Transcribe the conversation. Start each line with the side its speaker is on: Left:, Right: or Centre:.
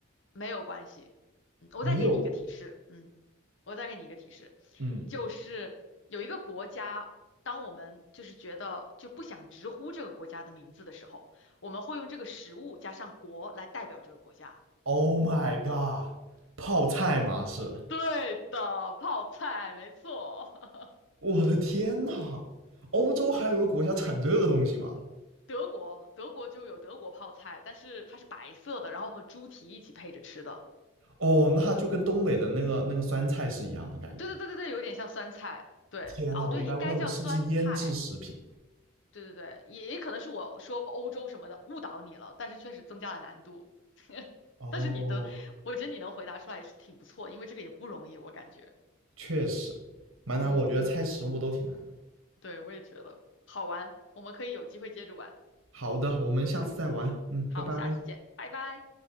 Left: 没有关系。嗯，我再给你一个提示，
Right: 没有。
Left: 嗯，我再给你一个提示，
Right: 嗯
Left: 就是有一个国家，当我们就是觉得就不想直呼这个国家的名字的时候，我们会用这个食物加上国来代表这个国家。
Right: ，Oh my god，泡菜嘛是。
Left: 对的，泡菜，没错。<laughs>
Right: 我的天呐，欧洲还有个国家产这个东西吗？
Left: 德国，德国就有德国泡菜，但是它是白色的，然后和猪蹄一起配着吃的。
Right: 哦，那就跟东北的那个那个酸菜是一样的概念。
Left: 对对对对对，有点像酸菜。对，
Right: 天呐，
Left: 哦，
Right: 我应该问问是不是腌制食品？
Left: 对，应该叫酸菜。对对对，也也可能是我说欧洲什么的误导你了，但是确实增加了难度。
Right: 哦，
Left: 但是你的，我觉得你能回答出来也是挺不错，因为这个也不容易，我感觉。
Right: 确实，蛮难，
Left: 嗯，
Right: 我觉得猜食物都挺难的。
Left: 对，我也觉得好玩，我们可以有机会接着玩。
Right: 好的，我们下次再玩。嗯，
Left: 好，
Right: 拜拜。
Left: 下次见，拜拜。